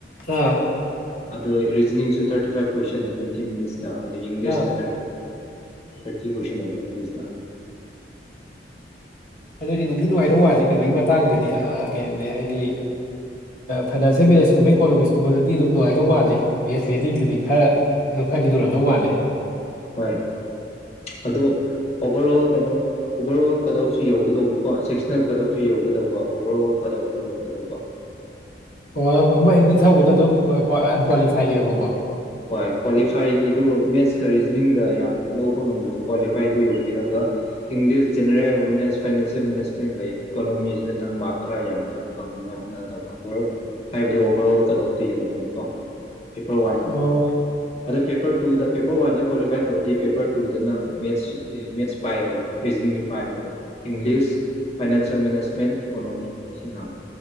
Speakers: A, on the left; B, on the left.
A: ꯑ
B: ꯑꯗꯣ ꯔꯤꯖꯅꯤꯡꯁꯨ thirty five question twenty minutes ꯇ ꯑꯗꯨꯗ ꯏꯪꯂꯤꯁꯅ
A: ꯑꯥ
B: ꯊꯥꯔꯇꯤ ꯊꯔꯇꯤ ꯀ꯭ꯋꯁꯟ ꯍꯥꯏ ꯄꯦ ꯏꯟꯖꯁꯅꯅꯥ
A: ꯑꯗꯨꯗꯤ ꯅꯨꯡꯗꯤ ꯅꯨꯡꯉꯥꯏꯗꯧ ꯃꯥꯠꯂꯦ ꯀꯩꯅꯣꯒꯤ ꯃꯇꯥꯡꯗꯨꯗꯤ ꯀꯩꯅꯤ ꯍꯥꯏꯗꯤ ꯐꯥꯏꯅꯥꯟꯁꯤꯌꯦꯜ ꯃꯦꯔꯦꯖꯀꯨꯝꯕ ꯏꯀꯣꯅꯣꯃꯤꯛꯁꯀꯨꯝꯕꯗꯗꯤ ꯑꯗꯨꯝ ꯅꯨꯡꯉꯥꯏꯗꯧ ꯃꯥꯠꯂꯦ ꯦꯁꯦꯁꯤꯡꯗꯨꯗꯤ ꯈꯔ ꯑꯗꯨ ꯈꯔꯗꯤ ꯂꯨꯔꯝꯗꯧ ꯃꯥꯜꯂꯦ
B: ꯍꯣꯏ ꯍꯣꯏ ꯑꯣ ꯑꯣꯚꯔ ꯑꯣꯜ ꯀꯩꯅꯣ ꯑꯣꯚꯔ ꯑꯣꯜ ꯀꯠ ꯑꯣꯐꯁꯤ ꯌꯧꯒꯗꯧꯕꯀꯣ ꯁꯤꯁꯅꯦꯜ ꯀꯠ ꯑꯣꯐꯁꯤ ꯌꯧꯒꯗꯧꯕ ꯑꯣꯚꯔ ꯑꯣꯜ ꯀꯠ ꯑꯣꯐꯁꯨ ꯌꯧꯒꯗꯧꯕ
A: ꯑꯣ ꯑꯃ ꯍꯦꯛꯅꯤ ꯊꯧꯕꯗ ꯑꯗꯨꯝ ꯑꯟꯀ꯭ꯋꯥꯂꯤꯐꯥꯏꯗꯦꯕꯀꯣ
B: ꯍꯣꯏ ꯀ꯭ꯋꯥꯂꯤꯐꯥꯏꯒꯤꯗꯨ ꯃꯦꯠꯁ ꯀ ꯔꯤꯖꯅꯤꯡꯗ ꯌꯥꯝ ꯂꯧꯕ ꯉꯝꯗ꯭ꯔꯁꯨ ꯀ꯭ꯋꯥꯂꯤꯐꯥꯏꯗꯨ ꯌꯧꯕꯤꯔꯒ ꯏꯪꯂꯤꯁ ꯖꯦꯅꯔꯦꯜ ꯑꯦꯋꯔꯅꯦꯁ ꯐꯥꯏꯅꯥꯟꯁꯤꯌꯦꯜ ꯃꯦꯅꯦꯖꯃꯦꯟꯒꯩ ꯏꯀꯣꯅꯣꯃꯤꯁꯤꯗ ꯅꯪ ꯃꯥꯔꯛ ꯈꯔ ꯌꯥꯝꯅ ꯐꯪꯉꯥꯏ ꯍꯣꯠꯅꯒꯗꯧꯕ ꯍꯥꯏꯕꯗꯤ ꯑꯣꯚꯔ ꯑꯣꯜ ꯀꯠ ꯑꯣꯐꯇꯨ ꯌꯧꯅꯕ ꯀꯣ ꯏꯄꯥ ꯋꯥꯟ
A: ꯑꯣ
B: ꯑꯗꯣ ꯄꯦꯄꯔ ꯇꯨꯗ ꯄꯦꯄꯔ ꯋꯥꯟꯁꯦ ꯀ꯭ꯋꯥꯂꯤꯐꯥꯏ ꯇꯧꯔꯗꯤ ꯄꯦꯄꯔ ꯇꯨꯗ ꯅꯪ ꯃꯦꯠꯁ ꯃꯦꯠꯁ ꯄꯥꯏꯔꯔꯣꯏ ꯔꯤꯖꯅꯤꯡꯁꯨ ꯄꯥꯏꯔꯔꯣꯏ ꯏꯪꯂꯤꯁ ꯐꯥꯏꯅꯥꯟꯁꯤꯌꯦꯜ ꯃꯦꯅꯦꯖꯃꯦꯟ ꯏꯀꯣꯅꯣꯃꯤ ꯁꯤ ꯉꯥꯡꯇ